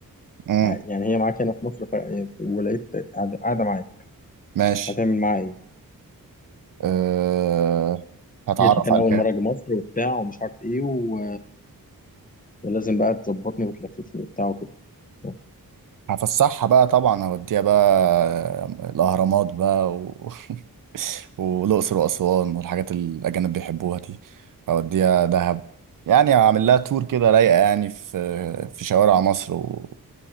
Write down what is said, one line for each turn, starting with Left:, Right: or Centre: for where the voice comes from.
Right: امم
Left: آه، يعني هي معاك هنا في مصر ف... ولقيت قاعدة قاعدة معاك
Right: ماشي
Left: هتعمل معاها ايه؟
Right: أه... هتعرف
Left: قالت لي كان
Right: عليها
Left: أول مرة أجي مصر وبتاع ومش عارف ايه و... ولازم بقى تظبطني وتلففني وبتاع وكده آه،
Right: هفسحها بقى طبعا هوديها بقى آه، الأهرامات بقى و... <laughs> والأقصر وأسوان والحاجات اللي الأجانب بيحبوها دي هوديها دهب يعني هعمل لها تور كده رايقة يعني في في شوارع مصر و...